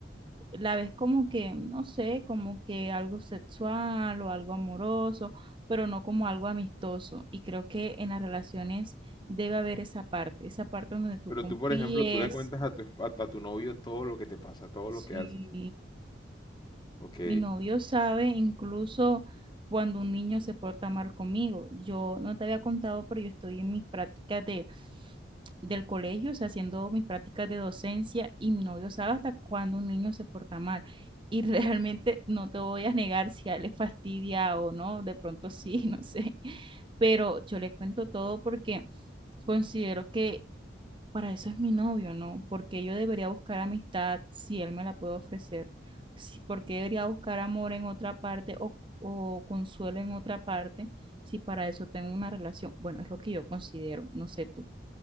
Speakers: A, on the right; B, on the left.
A: la ves como que, no sé, como que algo sexual o algo amoroso, pero no como algo amistoso. Y creo que en las relaciones debe haber esa parte, esa parte donde tú
B: Pero
A: confíes.
B: tú, por ejemplo, tú le cuentas a tu, esp- a a tu novio todo lo que te pasa, todo
A: Sí.
B: lo que haces. Ok.
A: Mi novio sabe incluso cuando un niño se porta mal conmigo. Yo no te había contado, pero yo estoy en mis prácticas de, del colegio, o sea, haciendo mis prácticas de docencia y mi novio sabe hasta cuando un niño se porta mal. Y <laughs> realmente no te voy a negar si a él le fastidia o no, de pronto sí, <laughs> no sé. Pero yo le cuento todo porque considero que para eso es mi novio, ¿no? Porque yo debería buscar amistad si él me la puede ofrecer. Si, ¿por qué debería buscar amor en otra parte o, o consuelo en otra parte si para eso tengo una relación? Bueno, es lo que yo considero, no sé tú,